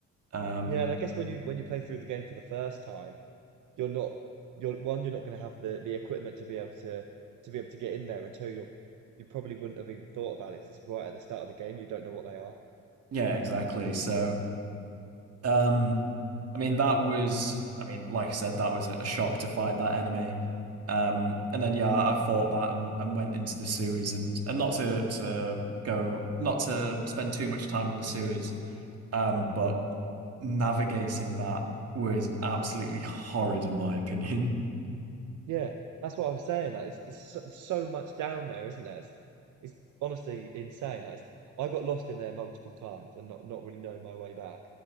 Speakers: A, on the right; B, on the right.
A: Um,
B: Yeah, and I guess when you when you play through the game for the first time, you're not you're one, you're not going to have the the equipment to be able to to be able to get in there until you're you probably wouldn't have even thought about it because it's right at the start of the game. You don't know what they are.
A: yeah, exactly. So, um, I mean, that was, I mean, like I said, that was a shock to fight that enemy. Um, and then yeah, I fought that and, and went into the sewers and and not to to go, not to spend too much time on the sewers, um, but navigating that was absolutely horrid in my opinion. <laughs>
B: Yeah, that's what I was saying. Like, it's, it's so, so much down there, isn't there? It's, it's honestly insane. Like, it's, I got lost in there multiple times and not not really knowing my way back.